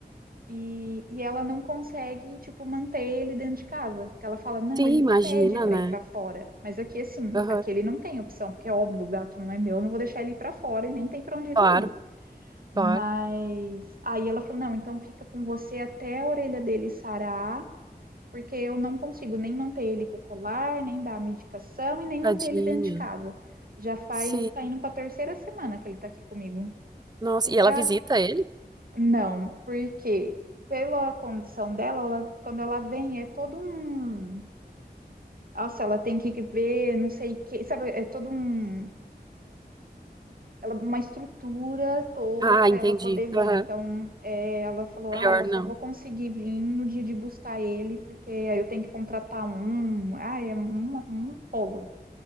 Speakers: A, on the right; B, on the right.
A: E, e ela não consegue, tipo, manter ele dentro de casa. Porque ela fala, não,
B: Sim,
A: ele me
B: imagina,
A: pede para
B: né?
A: ir para fora. Mas aqui, assim,
B: Aham.
A: aqui ele não tem opção, porque é óbvio, o gato não é meu, eu não vou deixar ele ir para fora e nem tem para onde ele
B: Claro,
A: ir. Mas
B: claro.
A: aí ela falou: não, então fica com você até a orelha dele sarar, porque eu não consigo nem manter ele com o colar, nem dar a medicação e nem manter
B: Tadinha.
A: ele dentro de casa. Já faz,
B: Sim.
A: tá indo para a terceira semana que ele tá aqui comigo.
B: Nossa.
A: O
B: E
A: gato,
B: ela visita ele?
A: não, porque pela condição dela, ela- quando ela vem, é todo um. Nossa, ela tem que ver, não sei o que, sabe? É todo um ela- uma estrutura toda
B: Ah,
A: para
B: entendi.
A: ela poder vir.
B: Aham.
A: Então, é, ela falou: Ah,
B: Melhor
A: eu só
B: não.
A: vou conseguir vir no dia de buscar ele, porque aí eu tenho que contratar um. Ah, é um, um rolo.